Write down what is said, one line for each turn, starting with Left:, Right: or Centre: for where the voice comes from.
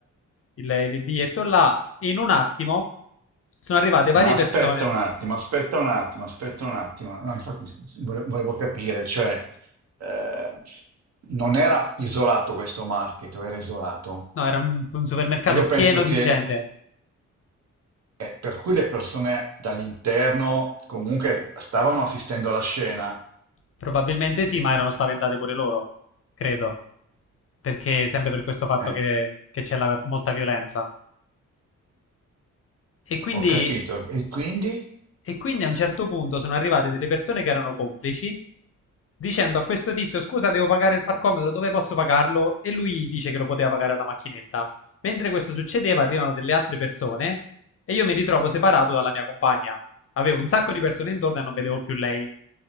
Left: il, il biglietto là. E in un attimo sono arrivate varie
Right: ma aspetta
Left: persone.
Right: un attimo, aspetta un attimo, aspetta un attimo. No, infatti s- vole- volevo capire, cioè, eh, non era isolato questo market, o era isolato?
Left: No, era un, un supermercato
Right: Cioè, io
Left: pieno
Right: penso che
Left: di gente.
Right: eh, per cui le persone dall'interno comunque stavano assistendo alla scena.
Left: Probabilmente sì, ma erano spaventate pure loro, credo. perché sempre per questo fatto
Right: Eh,
Left: che, che c'è la- molta violenza. E quindi,
Right: ho capito. E quindi?
Left: e quindi a un certo punto sono arrivate delle persone che erano complici dicendo a questo tizio: Scusa, devo pagare il parcometro, dove posso pagarlo? E lui dice che lo poteva pagare alla macchinetta. Mentre questo succedeva, arrivano delle altre persone e io mi ritrovo separato dalla mia compagna. Avevo un sacco di persone intorno e non vedevo più lei.